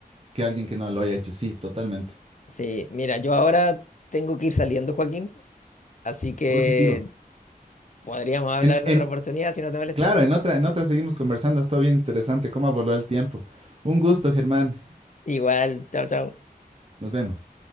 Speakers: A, on the right; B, on the left.
A: que alguien que no lo haya hecho, sí, totalmente.
B: Sí, mira, yo ahora tengo que ir saliendo, Joaquín, así que...
A: Positivo.
B: Podríamos hablar
A: En,
B: en
A: en,
B: otra oportunidad si no te molesta.
A: claro, en otra, en otra seguimos conversando, ha estado bien interesante cómo voló el tiempo. Un gusto, Germán.
B: Igual, chao, chao.
A: Nos vemos.